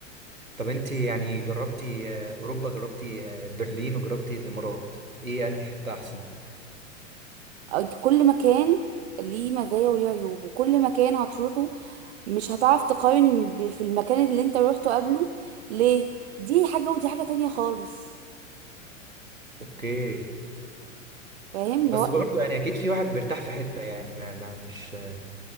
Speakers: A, on the right; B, on the right.
A: طب انت يعني جربتي آه، اوروبا جربتي آه، برلين وجربتي الامارات ايه انهي حته احسن
B: أو دي- كل مكان ليه مزايا وليه عيوب وكل مكان هتروحه مش هتعرف تقارن ب- في المكان اللي انت روحته قبله ليه دي حاجة ودي حاجة تانية خالص
A: اوكي
B: فاهم
A: بس
B: اللي هو
A: برضه يعني اكيد في واحد بيرتاح في حته يعني ما ما مش آه،